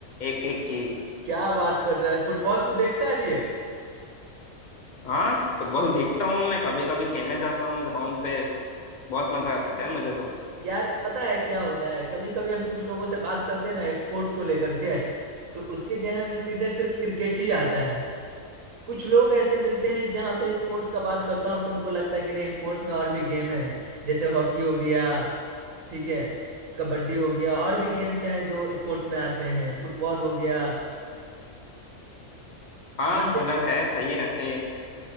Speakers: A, on the left; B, on the right.
A: एक एक चीज
B: क्या बात कर रहा है फुटबॉल तू देखता है भी है
A: हाँ फुटबॉल देखता हूँ मैं कभी कभी खेलने जाता हूँ ग्राउंड पे बहुत मजा आता है यार मुझे तो
B: यार पता है क्या होता है कभी कभी हम कुछ लोगों से बात करते हैं ना स्पोर्ट्स को लेकर के तो उसके जहन में सीधे सिर्फ क्रिकेट ही आता है कुछ लोग ऐसे मिलते हैं जहाँ पे स्पोर्ट्स का बात करता हूँ तो उनको लगता है कि नहीं स्पोर्ट्स में और भी गेम है जैसे हॉकी हो गया ठीक है कबड्डी हो गया और भी गेम्स हैं जो स्पोर्ट्स में आते हैं फुटबॉल हो गया
A: हाँ
B: मानते
A: मतलब है सही है सही है